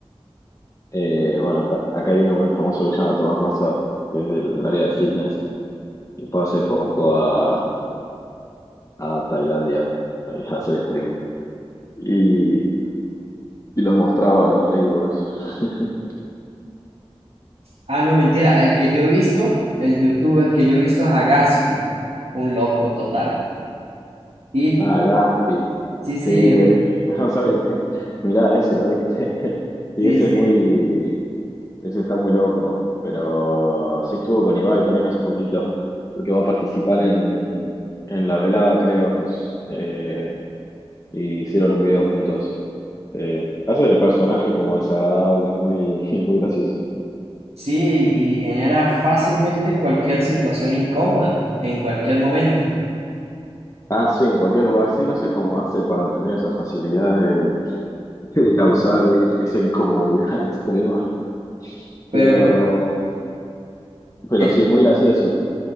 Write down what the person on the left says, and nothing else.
Eh, bueno, acá, acá hay uno muy famoso que se llama Tomás Massa, que es del área de fitness. Y fue hace poco a, a Tailandia a hacer stream. Y, y los mostraba a los Ladyboys. <laughs>
Ah, Gaspi.
Sí, eh,
<laughs> no sabía que. Mirá, ese lo viste. <laughs> Sí,
ese
es muy. Ese está muy loco. Pero sí estuvo con Ibai también hace poquito. Porque va a participar en, en la velada, creo. Eh, y hicieron un video juntos. Sí. Hace el personaje como desagradable, es muy, <laughs> muy gracioso.
Ah, sí, en cualquier lugar. Sí, no sé cómo hace para tener esa facilidad de, <laughs> de causar esa incomodidad <laughs> extrema.
Pero
Pero
sí, es muy gracioso.